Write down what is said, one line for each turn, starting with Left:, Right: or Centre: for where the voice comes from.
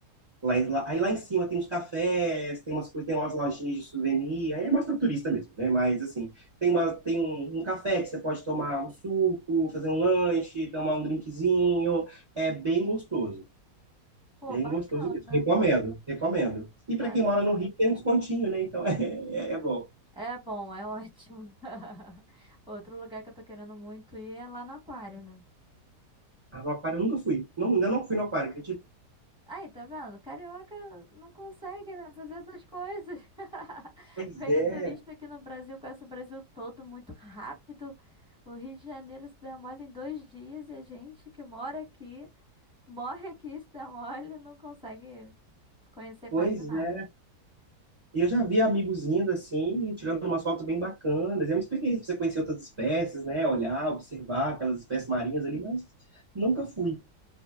Right: Lá, lá- aí lá em cima tem uns cafés, tem umas coisas, tem umas lojinhas de souvenir, aí é mais para turista mesmo, né? Mas assim, tem uma, tem um, um café que você pode tomar um suco, fazer um lanche, tomar um drinkzinho, é bem gostoso.
Centre: Pô,
Right: Bem
Centre: bacana.
Right: gostoso mesmo. Recomendo, recomendo. E
Centre: Bacana.
Right: para quem mora no Rio, tem um descontinho, né? Então <laughs> é, é, é bom.
Centre: É bom, é ótimo. <laughs> Outro lugar que eu tô querendo muito ir é lá no aquário, né?
Right: Ah, no aquário eu nunca fui. Não, ainda não fui no aquário, acredito.
Centre: Aí, tá vendo? Carioca não consegue, né, fazer essas coisas. <laughs>
Right: Pois
Centre: Vem
Right: é,
Centre: o turista aqui no Brasil, conhece o Brasil todo muito rápido. O Rio de Janeiro se demole em dois dias e a gente que mora aqui, morre aqui, se demole, não consegue conhecer
Right: pois
Centre: quase nada.
Right: é. E eu já vi amigos indo assim, tirando umas fotos bem bacanas. É uma experiência pra você conhecer outras espécies, né? Olhar, observar aquelas espécies marinhas ali, mas nunca fui.